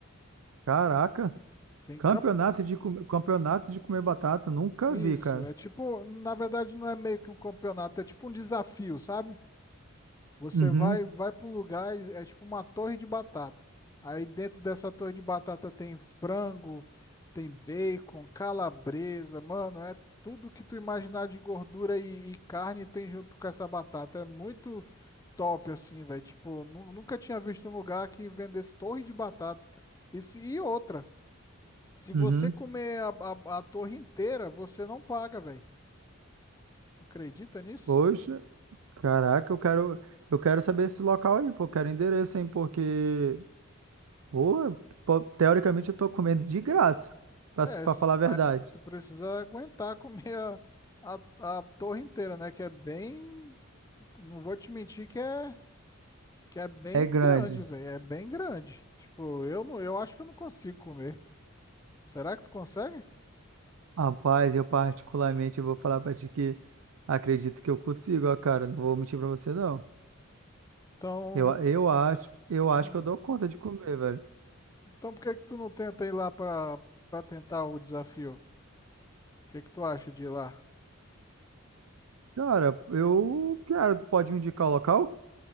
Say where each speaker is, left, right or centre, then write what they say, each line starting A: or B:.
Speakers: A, on the right (about 75°); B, on the left (about 15°).
A: Caraca,
B: Tem
A: campeonato
B: camp...
A: de comer, campeonato de comer batata, nunca
B: Isso,
A: vi, cara.
B: é tipo, na verdade não é meio que um campeonato, é tipo um desafio, sabe? Você
A: Uhum.
B: vai vai para um lugar, e é tipo uma torre de batata. Aí dentro dessa torre de batata tem frango, tem bacon, calabresa, mano, é tudo que tu imaginar de gordura e, e carne tem junto com essa batata. É muito top assim, velho. Tipo, nu- nunca tinha visto um lugar que vendesse torre de batata. E, se- e outra, se você
A: Uhum.
B: comer a, a a torre inteira, você não paga, velho. Tu acredita nisso?
A: Poxa, caraca, eu quero eu quero saber esse local aí, pô, eu quero endereço, hein, porque pô, po- teoricamente eu tô comendo de graça, pra,
B: É,
A: se- pra
B: s-
A: falar a verdade.
B: mas tu precisa aguentar comer a, a, a torre inteira, né? Que é bem. Não vou te mentir que é, que é bem
A: É grande.
B: grande, velho. É bem grande. Tipo, eu não, eu acho que eu não consigo comer. Será que tu consegue?
A: Rapaz, eu particularmente vou falar pra ti que acredito que eu consigo, ó, cara. Não vou mentir pra você, não.
B: Então,
A: Eu,
B: s-
A: eu acho, eu acho
B: hum,
A: que eu dou conta de comer, velho.
B: então por que que tu não tenta ir lá pra, pra tentar o desafio? O que que tu acha de ir lá?
A: Cara, eu, cara, pode me indicar o local?